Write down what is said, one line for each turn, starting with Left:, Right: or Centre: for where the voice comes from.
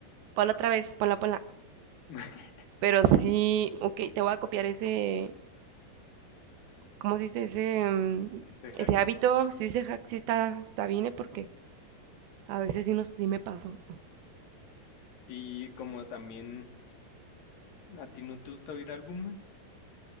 Right: ponla otra vez, ponla, ponla.
Left: <laughs>
Right: Pero sí, ok, te voy a copiar ese, ¿cómo se dice? Ese, mm,
Left: Ese hack.
Right: ese hábito, sí, se jac- sí está, está bien, ¿eh? porque a veces sí, nos, sí me paso.
Left: Y como también a ti no te gusta oír álbumes,